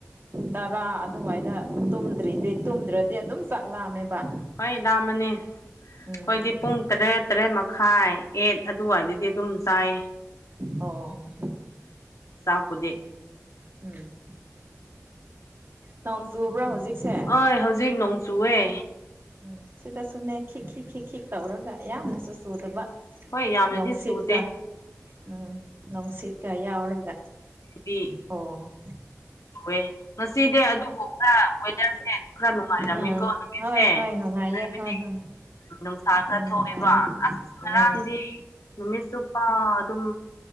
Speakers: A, on the right; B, on the left.
A: ꯇꯔꯥ ꯑꯗꯨꯋꯥꯏꯗ ꯇꯨꯝꯗ꯭ꯔꯤꯗꯤ ꯇꯨꯝꯗ꯭ꯔꯗꯤ ꯑꯗꯨꯝ ꯆꯥꯛ ꯂꯥꯝꯃꯦꯕ
B: ꯍꯣꯏ ꯂꯥꯝꯕꯅꯦ ꯑꯩꯈꯣꯏꯗꯤ
A: ꯎꯝ
B: ꯄꯨꯡ ꯇꯔꯦꯠ ꯇꯔꯦꯠ ꯃꯈꯥꯏ ꯑꯦꯠ ꯑꯗꯨꯋꯥꯏꯗꯗꯤ ꯑꯗꯨꯝ ꯆꯥꯏꯌꯦ
A: ꯑꯣ
B: ꯆꯥꯛꯄꯨꯗꯤ
A: ꯎꯝ ꯇꯪ ꯆꯨꯕ꯭ꯔꯥ ꯍꯧꯖꯤꯛꯁꯦ
B: ꯍꯣꯏ ꯍꯧꯖꯤꯛ ꯅꯣꯡ ꯆꯨꯑꯦ
A: ꯎꯝ ꯁꯤꯗ ꯁꯨꯅꯦ ꯈꯤꯛ ꯈꯤꯛ ꯇꯧꯔꯒ ꯌꯥꯝꯅꯁꯨ ꯆꯨꯗꯕ
B: ꯍꯣꯏ ꯌꯥꯝꯅꯗꯤ
A: ꯅꯨꯡꯁꯤꯠꯀ
B: ꯆꯨꯗꯦ
A: ꯎꯝ ꯅꯨꯡꯁꯤꯠꯀ ꯌꯥꯎꯔꯒ
B: ꯎ <inaudible>
A: ꯑꯣ
B: ꯑꯦ ꯉꯁꯤꯗꯤ ꯑꯗꯨꯕꯨ ꯈꯔ ꯋꯦꯗꯔꯁꯦ ꯈ꯭ꯔ ꯅꯨꯡꯉꯥꯏꯔꯝꯃꯦꯀꯣ
A: ꯑꯥ
B: ꯅꯨꯡꯗꯤꯟꯁꯦ
A: ꯍꯣꯏ ꯍꯣꯏ ꯅꯨꯡꯉꯥꯏꯌꯦ
B: ꯍꯥꯏꯕꯗꯤ
A: ꯍꯣꯏ ꯍꯣꯏ
B: ꯅꯨꯡꯁꯥ ꯈꯔ
A: ꯌꯥꯝ
B: ꯊꯣꯛꯑꯦꯕ
A: ꯅꯨꯡꯉꯥꯏꯌꯦ
B: ꯑꯁ ꯉꯔꯥꯡꯗꯤ
A: ꯎꯝ
B: ꯅꯨꯃꯤꯠ ꯆꯨꯞꯄ ꯑꯗꯨꯝ